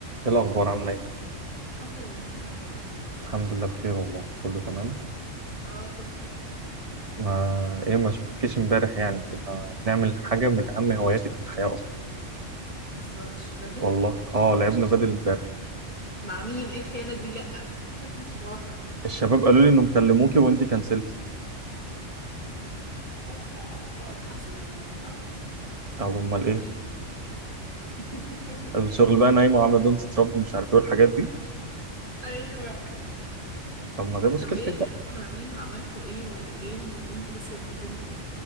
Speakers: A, on the right (about 30°); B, on the left (about 40°).
A: ايه الاخبار عامله ايه
B: الحمد لله انت عامل ايه
A: الحمد لله بخير والله كله تمام
B: اه كله تمام
A: ما ايه ما شفتكيش امبارح يعني كنا بنعمل حاجه من اهم هواياتك في الحياه اصلا
B: ما تهزرش بدل
A: والله اه لعبنا بدل امبارح
B: مع مين ايه الخيانة دي لأ <laughs> مش موافقة
A: الشباب قالوا لي انهم كلموكي وانت كنسلتي
B: اه آه، آه، حصل اه يعني
A: طب امال
B: تقريبا
A: ايه
B: مش فاكرة. <laughs>
A: قالوا الشغل بقى نايمه وعامله دونت تراب ومش عارف ايه والحاجات دي
B: ايوه
A: طب ما ده مشكلتك
B: طب ايه لعبت
A: بقى
B: مع مين وعملتوا ايه والجيم ومين كسب وكده